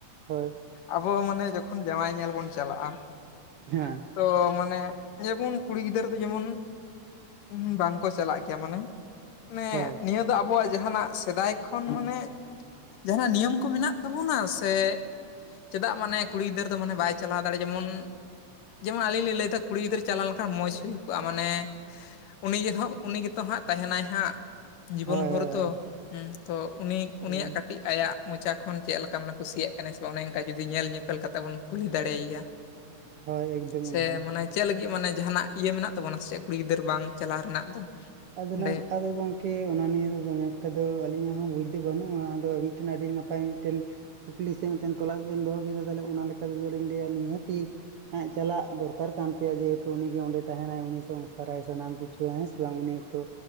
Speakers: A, on the right; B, on the left.
A: ᱦᱳᱭ᱾
B: ᱟᱵᱚ ᱢᱟᱱᱮ ᱡᱚᱠᱷᱚᱱ ᱡᱟᱣᱟᱭ ᱧᱮᱞ ᱵᱚᱱ ᱪᱟᱞᱟᱜᱼᱟ᱾
A: ᱦᱮᱸ
B: ᱛᱚ ᱢᱟᱱᱮ ᱡᱮᱢᱚᱱ ᱠᱩᱲᱤ ᱜᱤᱫᱽᱟᱹᱨ ᱫᱚ ᱡᱮᱢᱚᱱ᱾ ᱦᱩ ᱵᱟᱝᱠᱚ ᱪᱟᱞᱟᱜ ᱜᱮᱭᱟ ᱢᱟᱱᱮ ᱢᱟᱱᱮ
A: ᱦᱳᱭ
B: ᱱᱤᱭᱟᱹ ᱫᱚ ᱟᱵᱚᱣᱟᱜ ᱡᱟᱦᱟᱱᱟᱜ ᱥᱮᱫᱟᱭ ᱠᱷᱚᱱ ᱢᱟᱱᱮ ᱡᱟᱦᱟᱸ ᱱᱟᱜ ᱱᱤᱭᱚᱢ ᱠᱚ ᱢᱮᱱᱟᱜ ᱛᱟᱠᱳᱱᱟ ᱥᱮ ᱪᱮᱫᱟᱜ ᱢᱟᱱᱮ ᱠᱩᱲᱤ ᱜᱤᱫᱟᱹᱨ ᱫᱚ ᱢᱟᱱᱮ ᱵᱟᱭ ᱪᱟᱞᱟᱣ ᱫᱟᱲᱮ ᱡᱮᱢᱚᱱ ᱡᱮᱢᱚᱱ ᱟᱹᱞᱤᱧ ᱞᱤᱧ ᱞᱟᱹᱭ ᱫᱟ ᱠᱩᱲᱤ ᱜᱤᱫᱽᱨᱟᱹ ᱪᱟᱞᱟᱣ ᱞᱮᱱᱠᱷᱟᱱ ᱢᱚᱡᱽ ᱦᱩᱭ ᱠᱚᱜᱼᱟ ᱢᱟᱱᱮ ᱩᱱᱤ ᱜᱮ ᱦᱚᱜ ᱩᱱᱤ ᱜᱮᱛᱚ ᱦᱟᱸᱜ ᱛᱟᱦᱮᱱᱟᱭ ᱦᱟᱸᱜ ᱡᱤᱵᱚᱱ
A: ᱦᱳᱭ ᱦᱳᱭ
B: ᱵᱷᱳᱨ ᱫᱚ ᱦᱚ ᱛᱚ
A: ᱦᱳᱭ
B: ᱩᱱᱤᱭᱟᱜ ᱠᱟᱴ ᱠᱟᱹᱴᱤᱡ ᱟᱭᱟᱜ ᱢᱚᱪᱟ ᱠᱷᱚᱱ ᱪᱮᱜ ᱞᱮᱠᱟ ᱢᱟᱱᱮ ᱠᱩᱥᱤᱭᱟᱜ ᱠᱟᱱᱟᱭ ᱥᱮ ᱵᱟᱝ ᱚᱱᱮ ᱚᱱᱠᱟ ᱡᱩᱫᱤ ᱧᱮᱞ ᱧᱮᱯᱮᱞ ᱠᱟᱛᱮ ᱵᱚᱱ ᱠᱩᱞᱤ ᱫᱟᱲᱮᱭᱟᱭᱟ᱾
A: ᱦᱳᱭ ᱮᱠᱫᱚᱢ
B: ᱥᱮ
A: ᱮᱠᱫᱚᱢ
B: ᱢᱟᱱᱮ ᱪᱮᱜ ᱞᱟᱹᱜᱤᱜ ᱢᱟᱱᱮ ᱡᱟᱦᱟᱱᱟᱜ ᱤᱭᱟᱹ ᱢᱮᱱᱟᱜ ᱛᱟᱵᱚᱱᱟ ᱥᱮ ᱪᱮᱫ ᱠᱩᱲᱤ ᱜᱤᱫᱟᱹᱨ ᱵᱟᱝ ᱪᱟᱞᱟᱣ ᱨᱮᱱᱟᱜ ᱫᱚ᱾
A: ᱟᱫᱚ
B: ᱚᱸᱰᱮ
A: ᱱᱟᱝ ᱟᱫᱚ ᱜᱟᱝ ᱠᱤ ᱚᱱᱟ ᱱᱤᱭᱮ ᱫᱚᱢᱮ ᱮᱠᱴᱟ ᱫᱚ ᱟᱹᱞᱤᱧᱟᱜ ᱦᱚᱸ ᱵᱩᱡᱽ ᱫᱚ ᱵᱟᱹᱱᱩᱜᱼᱟ ᱟᱫᱚ ᱢᱤᱴᱮᱱ ᱟᱹᱰᱤ ᱱᱟᱯᱟᱭ ᱢᱤᱫᱴᱮᱱ ᱠᱩᱠᱞᱤ ᱥᱮ ᱢᱤᱫᱴᱮᱱ ᱛᱚᱞᱟᱥ ᱵᱮᱱ ᱫᱚᱦᱚ ᱠᱮᱫᱟ ᱛᱟᱦᱚᱞᱮ ᱚᱱᱟ ᱞᱮᱠᱟ ᱛᱮᱫᱚᱞᱤᱧ ᱞᱟᱹᱭᱟ ᱱᱤᱦᱟᱹᱛᱤ ᱦᱮᱸ ᱪᱟᱞᱟᱜ ᱫᱚᱨᱠᱟᱨ ᱠᱟᱱ ᱛᱟᱭᱟ ᱡᱮᱦᱮᱛᱩ ᱩᱱᱤ ᱜᱮ ᱚᱸᱰᱮ ᱛᱟᱦᱮᱱᱟᱭ ᱩᱱᱤ ᱥᱚᱝᱥᱟᱨᱟᱭ ᱥᱟᱱᱟᱢ ᱠᱤᱪᱷᱩ ᱦᱮᱸ ᱥᱮ ᱵᱟᱝ ᱩᱱᱤ ᱛᱚ